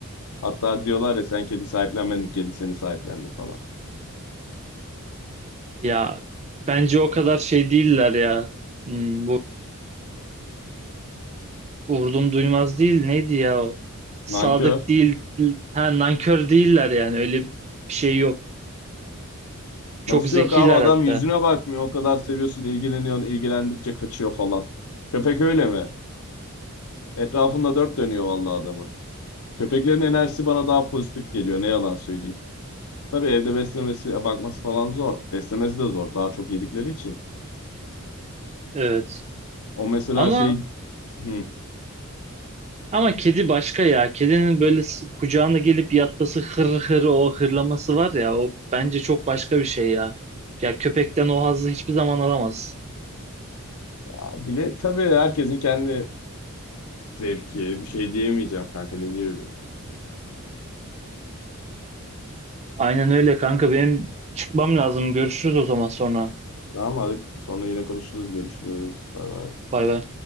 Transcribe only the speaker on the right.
Ya bence o kadar şey değiller ya. Hmm, bu vurdum duymaz değil. Neydi ya o? Sadık
değil. Ha nankör değiller yani. Öyle bir şey yok. Çok
zekiler
hatta.
Evet.
Ama
Ama kedi başka ya. Kedinin böyle s- kucağına gelip yatması hır hır o hırlaması var ya o bence çok başka bir şey ya. Ya köpekten o hazzı hiçbir zaman alamaz.
Aynen öyle kanka benim çıkmam lazım. Görüşürüz o zaman sonra.
Bay bay.